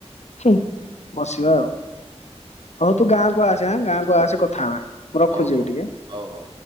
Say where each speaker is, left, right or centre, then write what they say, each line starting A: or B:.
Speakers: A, on the left (about 80°); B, on the right (about 45°).
A: ହୁଁ ବସିବା ଆଉ ହଉ ତୁ ଗାଁକୁ ଆସେ ଗାଁକୁ ଆସେ କଥା ହବା। ମୁଁ ରଖୁଛି
B: ହଉ
A: ଏବେ
B: ହଉ
A: ଟିକେ।
B: ହଉ ହଉ।